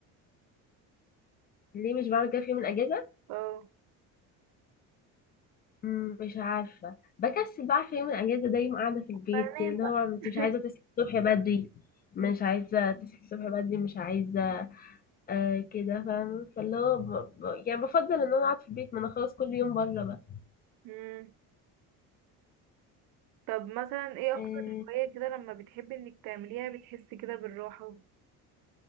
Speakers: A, on the left (about 30°); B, on the right (about 70°).
A: ليه مش بعمل كده في يوم الاجازه
B: اه
A: مم، مش عارفة بكسل بقى في يوم الأجازة ده يوم قاعدة في البيت
B: فنام
A: كده اللي
B: بقى
A: هو انت
B: <laughs>
A: مش عايزة تصحي الصبح بدري مش
B: مم.
A: عايزة تصحي الصبح بدري مش عايزة آه كده فاهمة فاللي هو ب... ب... يعني بفضل إن أنا أقعد في البيت ما أنا خلاص كل يوم بره بقى
B: مم. طب مثلا ايه أكتر
A: آه
B: هواية كده لما بتحبي إنك تعمليها بتحسي كده بالراحة؟